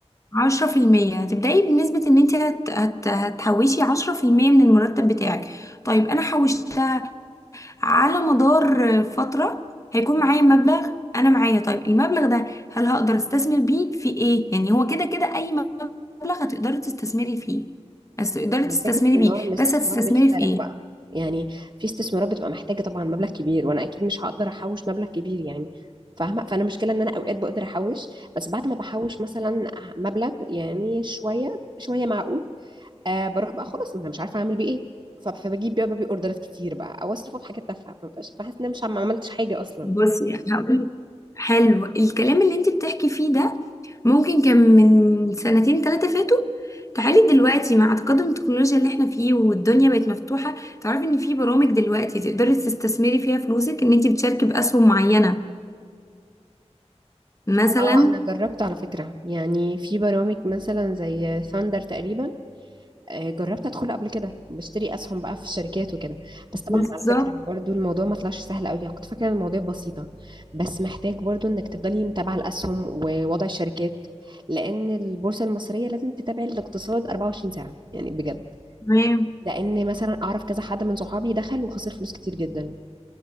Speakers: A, on the left; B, on the right.
A: 10% هتبداي بنسبه ان انت هت... هت... هتحوشي 10% من المرتب بتاعك طيب انا حوشت على مدار فترة هيكون
B: مم.
A: معايا مبلغ انا معايا طيب المبلغ ده هل هقدر استثمر بيه في ايه يعني هو كده كده اي مبلغ هتقدري تستثمري فيه بس تقدري
B: هي
A: تستثمري
B: الفكرة ان
A: بيه
B: نوع الاستثمار
A: بس هتستثمري
B: بيختلف
A: في ايه
B: بقى يعني في استثمارات بتبقى محتاجة طبعا مبلغ كبير وانا اكيد مش هقدر احوش مبلغ كبير يعني فاهمة فانا مشكلة ان انا اوقات بقدر احوش بس بعد ما بحوش مثلا مبلغ يعني شوية شوية معقول آه بروح بقى خلاص ما انا مش عارفة اعمل بيه ايه ف- فبجيب بقى بقى اوردرات كتير بقى او اصرفه في حاجات تافهة ما ببقاش بحس ان انا مش عم- ما عملتش حاجة اصلا
A: بصي هقول حلو الكلام اللي انت بتحكي فيه ده ممكن كان من سنتين ثلاثة فاتوا تعالي دلوقتي مع تقدم التكنولوجيا اللي احنا فيه والدنيا بقت مفتوحة تعرفي ان في برامج دلوقتي تقدري تستثمري فيها فلوسك ان انت بتشاركي بأسهم معينة مثلا
B: اه انا جربت على فكرة يعني في برامج مثلا زي ثاندر تقريبا آه، جربت ادخله قبل كده بشتري اسهم بقى في الشركات وكده بس طبعا
A: بالظبط
B: على فكرة برضو الموضوع ما طلعش سهل قوي يعني كنت فاكرة إن الموضوع بسيطة بس محتاج برضو انك تفضلي متابعة الاسهم ووضع الشركات لان البورصة المصرية لازم تتابع الاقتصاد 24 ساعة يعني بجد
A: تمام
B: لان مثلا اعرف كذا حد من صحابي دخل وخسر فلوس كتير جدا